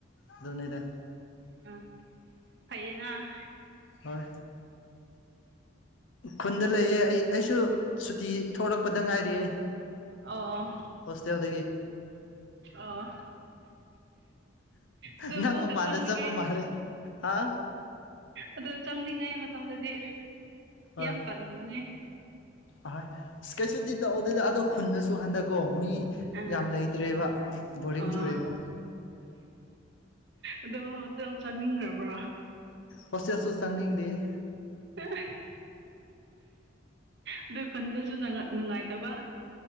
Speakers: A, on the left; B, on the right.
A: ꯑꯗꯨꯅꯤꯗ
B: ꯎꯝ ꯐꯌꯦꯅꯥ
A: ꯍꯣꯏ ꯈꯨꯟꯗ ꯂꯩꯌꯦ ꯑꯩ ꯑꯩꯁꯨ ꯁꯨꯇꯤ ꯊꯣꯛꯂꯛꯄꯗ ꯉꯥꯏꯔꯤꯑꯦ
B: ꯑꯣ
A: ꯍꯁ ꯌꯥꯦꯜꯗꯗꯒꯤ
B: ꯑꯣ ꯑꯗꯨ
A: ꯉ
B: ꯑꯃꯨꯛꯀ
A: ꯃ ꯄꯅꯦ
B: ꯆꯪꯅꯤꯡꯉꯥꯏꯗꯤ
A: ꯆꯄ ꯃꯥꯂꯦ ꯍꯥ
B: ꯑꯗꯣ ꯆꯪꯅꯤꯡꯉꯩ ꯃꯇꯝꯗꯗꯤ
A: ꯍꯣꯏ
B: ꯌꯥꯝ ꯇꯟꯕꯅꯦ
A: ꯑꯍꯣꯏ ꯏꯁ꯭ꯀꯦꯠꯁꯨꯗꯤ ꯇꯧꯑꯣꯗꯗ ꯑꯗꯣ ꯈꯨꯟꯗꯁꯨ ꯍꯟꯗꯛꯀꯣ ꯃꯤ
B: ꯑꯥ
A: ꯌꯥꯝ ꯂꯩꯇ꯭ꯔꯦꯕ ꯕꯣꯔꯤꯡ
B: ꯑꯣ
A: ꯆꯨꯔꯦꯕ
B: ꯑꯗꯣ ꯍꯧꯁ ꯌꯥꯝ ꯆꯪꯅꯤꯡꯈ꯭ꯔꯕ꯭ꯔꯣ
A: ꯍꯣꯁꯇꯦꯜꯁꯨ ꯆꯪꯅꯤꯡꯗꯦ
B: <unintelligible> ꯑꯗꯨ ꯈꯨꯟꯗꯁꯨ ꯅꯨꯡꯉꯥꯏ ꯅꯨꯡꯉꯥꯏꯇꯕ